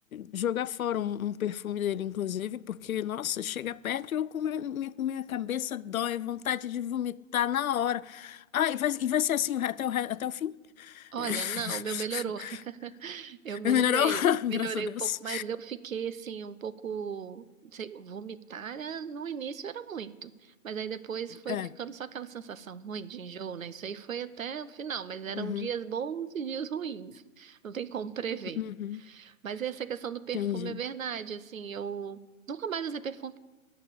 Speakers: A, on the left; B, on the right.
A: jogar fora um, um perfume dele, inclusive, porque, nossa, chega perto e eu com minha, minha minha cabeça dói, vontade de vomitar na hora. Ah, e vai, e vai ser assim até o, re- até o fim?
B: Olha,
A: <laughs>
B: não, o meu melhorou. Eu melhorei,
A: Melhorou? <laughs>
B: melhorei
A: Graças a Deus.
B: um pouco, mas eu fiquei assim, um pouco, não sei, vomitar eh, no início era muito, mas aí depois foi
A: É.
B: ficando só aquela sensação ruim de enjoo, né? Isso aí foi até o final, mas eram
A: Uhum,
B: dias bons e dias ruins, não tem como prever.
A: uhum,
B: Mas essa questão do perfume
A: entendi.
B: é verdade, assim, eu nunca mais usei perfume.